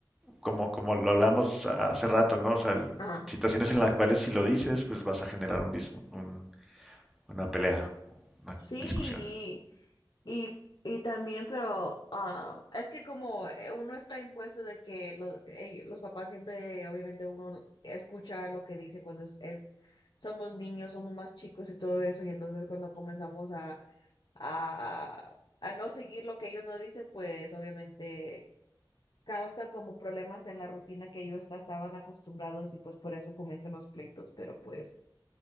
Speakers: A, in the centre; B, on the left.
A: como, como lo hablamos hace rato, ¿no? O sea, el-
B: ajá.
A: situaciones en las cuales si lo dices, pues vas a generar un, dis- un- una pelea, una
B: Sí,
A: discusión.
B: y, y, y también, pero ah, es que como eh, uno está impuesto de que los, eh, los papás siempre, obviamente uno escucha lo que dice cuando es, es- somos niños, somos más chicos y todo eso, y entonces cuando comenzamos a, a, a no seguir lo que ellos nos dicen, pues obviamente causa como problemas en la rutina que ellos estaban acostumbrados y pues por eso comienzan los pleitos, pero pues...